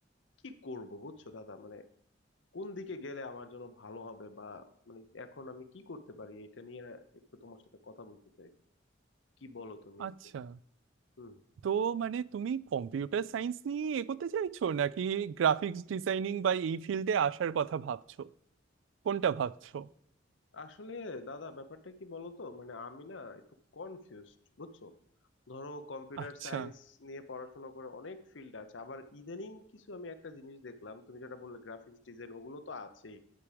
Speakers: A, on the left; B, on the right.
A: কি করব বুঝছো দাদা মানে কোন দিকে গেলে আমার জন্য ভালো হবে বা মানে এখন আমি কি করতে পারি এটা নিয়ে একটু তোমার সাথে কথা বলতে চাই কি বলো তুমি
B: আচ্ছা
A: একটু হুম
B: তো মানে তুমি কম্পিউটার সায়েন্স নিয়ে এগোতে চাইছো নাকি গ্রাফিক্স ডিজাইনিং বা এই ফিল্ডে আসার কথা ভাবছো কোনটা ভাবছো
A: আসলে দাদা ব্যাপারটা কি বলো তো মানে আমি না একটু কনফিউজড বুঝছো ধরো কম্পিউটার
B: আচ্ছা
A: সায়েন্স নিয়ে পড়াশোনা করে অনেক ফিল্ড আছে আবার ইদানিং কিছু আমি একটা জিনিস দেখলাম তুমি যেটা বললে গ্রাফিক্স ডিজাইন ওগুলো তো আছেই